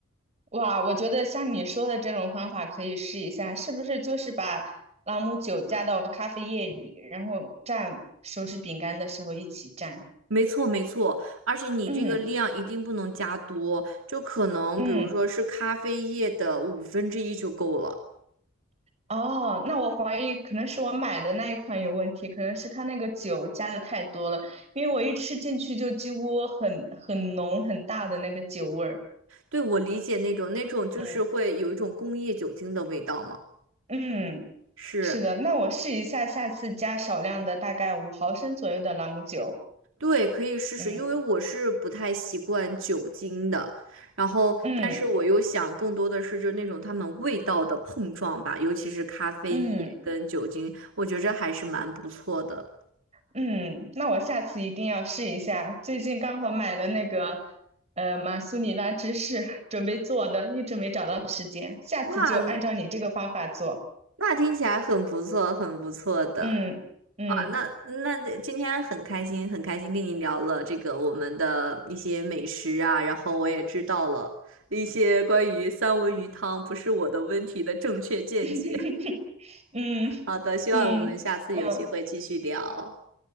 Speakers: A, on the right; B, on the right.
A: 哇，我觉得像你说的这种方法可以试一下，是不是就是把朗姆酒加到咖啡液里，然后蘸手指饼干的时候一起蘸？
B: 没错，没错，而且你这个量一定不能加多，
A: 嗯
B: 就可能比如说是咖啡液的五分之一就够了。
A: 嗯。哦，那我怀疑可能是我买的那一款有问题，可能是它那个酒加的太多了，因为我一吃进去就几乎很很浓很大的那个酒味儿。
B: 对，我理解那种那种就是会有一种工业酒精的味道嘛，
A: 嗯嗯，
B: 是，
A: 是的，那我试一下，下次加少量的，大概五毫升左右的朗姆酒。
B: 对，可以试试，
A: 嗯
B: 因为我是不太习惯酒精的，然后但是我又想更多的是就是那种它们味道的碰撞吧，
A: 嗯
B: 尤其是咖啡液跟酒精，
A: 嗯
B: 我觉着还是蛮不错的。
A: 嗯，那我下次一定要试一下。最近刚好买了那个呃马苏里拉芝士，准备做的，一直没找到时间，下次就按照你这个方法做。
B: 哇，那听起来很不错，很不错的。
A: 嗯嗯
B: 啊，那那今天很开心，很开心跟你聊了这个我们的一些美食啊，然后我也知道了一些关于三文鱼汤不是我的问题的正确见解。
A: <laughs>
B: <laughs>
A: 嗯
B: 好的，希望我们下次有机会继续聊。
A: 嗯嗯，